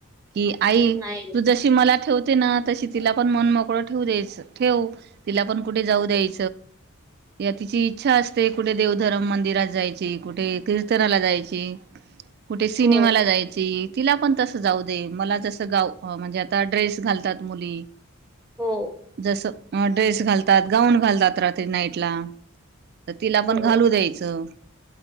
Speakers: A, on the right; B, in the centre.
A: की आई
B: नाही
A: तू जशी मला ठेवते ना तशी तिला पण मन मोकळं ठेव द्यायच ठेवु तिला पण कुठे जाऊ द्याय या तिची इच्छा असते कुठे देवधरम मंदिरात जायची कुठे कीर्तनाला जायची कुठे सिनेमाला
B: हो,
A: जायची तिला पण तस जाऊ दे मला जस म्हणजे आता ड्रेस घालतात मुली
B: हो,
A: जस अ ड्रेस घालतात गाऊन घालतात रात्री नाईट ला तर तिला
B: हो,
A: पण घालू द्यायचं